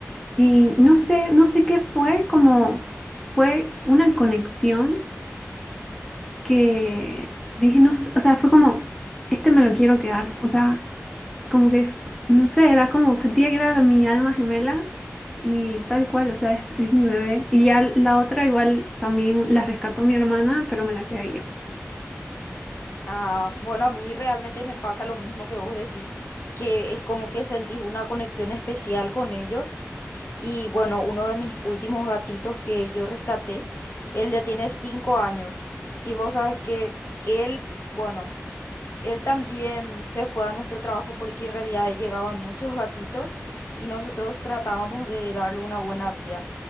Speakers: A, in the centre; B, on the left.
A: Y no sé, no sé qué fue, como fue una conexión que dije, no, sé, o sea, fue como, este me lo quiero quedar, o sea, como que, no sé, era como, sentía que era mi alma gemela y tal cual, o sea, es, es mi bebé. Y ya la otra igual también la rescató mi hermana, pero me la quedé yo.
B: Ah, bueno, a mí realmente me pasa lo mismo que vos decís, que es como que sentís una conexión especial con ellos. Y bueno, uno de mis últimos gatitos que yo rescaté, él ya tiene cinco años. Y vos sabes que él, bueno, él también se fue a nuestro trabajo porque en realidad llegaban muchos gatitos y nosotros tratábamos de darle una buena vida.